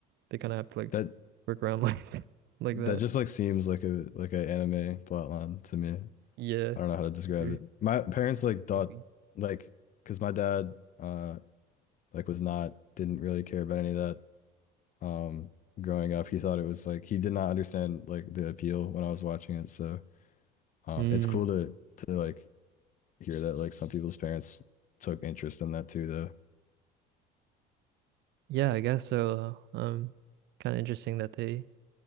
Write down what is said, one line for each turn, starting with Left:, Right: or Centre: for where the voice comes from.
Right: they kind of have to like
Left: That
Right: work around like <laughs> like
Left: that
Right: that.
Left: just like seems like a like an anime plotline to me.
Right: Yeah,
Left: I don't know how to describe
Right: super
Left: it. My parents like thought
Right: goofy.
Left: like because my dad uh like was not didn't really care about any of that um growing up. He thought it was like he did not understand like the appeal when I was watching it. So uh
Right: Mm,
Left: it's cool to to like hear that like some people's parents took interest in that too though.
Right: yeah, I guess so. uh, Um, kind of interesting that they